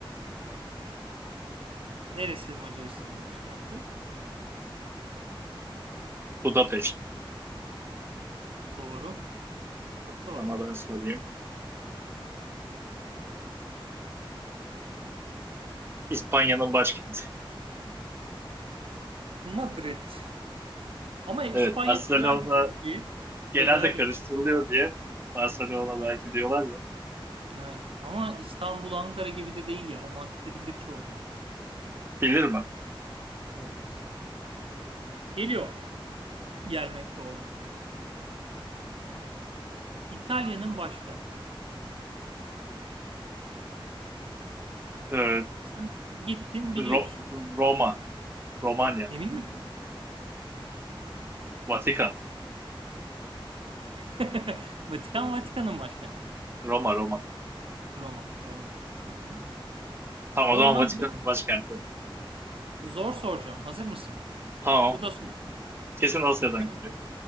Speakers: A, on the right (about 75°); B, on the right (about 25°).
A: Neresi Macaristan'ın başkenti?
B: Budapeşt.
A: Doğru. Çok doğru.
B: Sana ben sorayım. İspanya'nın başkenti.
A: Madrid. Ama İspanya
B: Evet Barcelona
A: federal bir cumhuriyet.
B: genelde
A: Federal bir
B: karıştırılıyor
A: cumhuriyet.
B: diye. Barcelona belki diyorlar ya.
A: Evet. Ama İstanbul, Ankara gibi de değil ya. Madde bilir çoğunluk.
B: Bilir mi?
A: Evet. Geliyor. Gelmekte olan. İtalya'nın başkenti.
B: Ee,
A: Sen gittin biliyorsun.
B: Ro- Roma Romanya.
A: Emin misin?
B: Vatikan.
A: <laughs> Vatikan,
B: Evet.
A: Vatikan'ın başkenti.
B: Roma, Roma.
A: Roma. Doğru. Aha.
B: Tamam o
A: O
B: zaman
A: zaman
B: Vatikan'ın
A: zor,
B: başkenti.
A: zor soracağım. Hazır mısın?
B: Tamam.
A: Bu da soru.
B: Kesin Asya'dan
A: B-
B: geliyor.